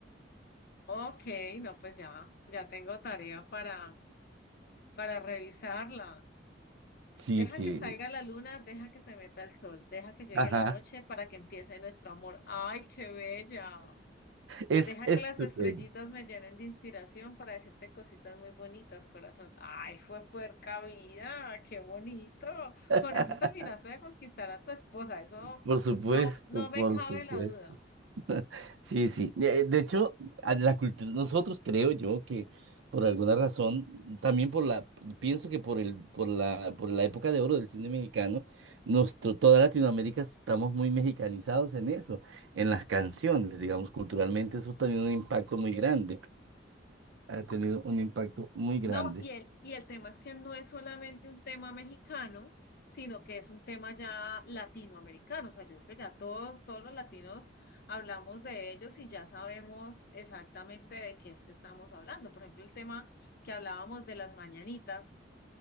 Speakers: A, on the left; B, on the right.
A: Ok, no, pues ya, ya tengo tarea para, para revisarla.
B: Sí,
A: Deja
B: sí.
A: que salga la luna, deja que se meta el sol, deja que llegue
B: Ajá.
A: la noche para que empiece nuestro amor. ¡Ay, qué bella!
B: Es
A: Deja
B: estupenda.
A: que las estrellitas me llenen de inspiración para decirte cositas muy bonitas, corazón. Ay, fue puerca vida, qué bonito.
B: <laughs>
A: Con eso terminaste de conquistar a tu esposa, eso
B: Por supuesto,
A: no, no me
B: por
A: cabe
B: supuesto.
A: la duda.
B: Sí, sí. De de hecho, a la cultura, nosotros creo yo que por alguna razón, también por la, pienso que por el, por la, por la época de oro del cine mexicano, nuestro, toda Latinoamérica estamos muy mexicanizados en eso, en las canciones, digamos, culturalmente eso ha tenido un impacto muy grande, ha tenido un impacto muy grande.
A: No, y el, y el tema es que no es solamente un tema mexicano, sino que es un tema ya latinoamericano. O sea, yo creo que ya todos, todos los latinos hablamos de ellos y ya sabemos exactamente de qué es que estamos hablando. Por ejemplo, el tema que hablábamos de las mañanitas.